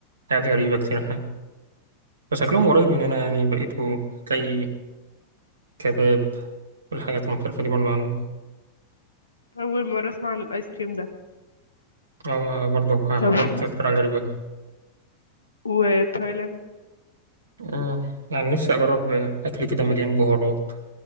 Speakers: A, on the right (about 70°); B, on the left (about 75°).
A: حاجات غريبة كتير هناك بس أكلهم قريب مننا يعني بقيتوا تلاقي كباب والحاجات المختلفة دي برضو عندهم
B: اول مره اسمع عن الايس كريم ده
A: أو برضو
B: طب
A: قلت
B: <laughs>
A: اختراع غريب
B: وتايلاند
A: آه. يعني نفسي أجرب أكل كده مليان بهارات